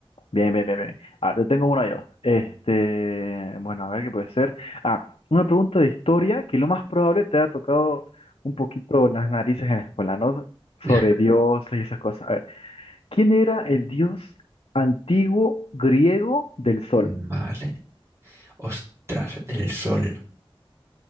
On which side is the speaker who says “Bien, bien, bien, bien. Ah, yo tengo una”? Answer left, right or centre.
Left